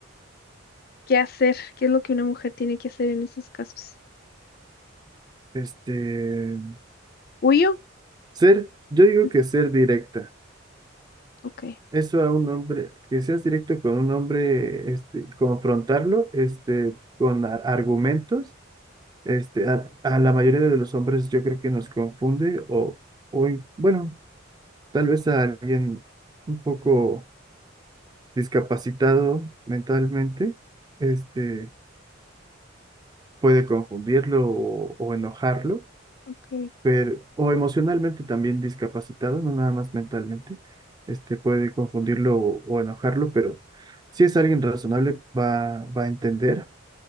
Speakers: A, on the left; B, on the right.
A: ¿Qué hacer? ¿Qué es lo que una mujer tiene que hacer en esos casos?
B: Este,
A: ¿Huyo?
B: ser, yo digo
A: Sí.
B: que ser directa.
A: Ok,
B: Eso a un hombre, que seas directo con un hombre, este, confrontarlo, este, con a- argumentos, este, a, a la mayoría de los hombres yo creo que nos confunde o, o in- bueno. tal vez a alguien un poco discapacitado mentalmente, este, puede confundirlo o, o enojarlo,
A: Ok,
B: pero, o emocionalmente también discapacitado, no nada más mentalmente, este, puede confundirlo o, o enojarlo, pero si es alguien razonable va, va a entender.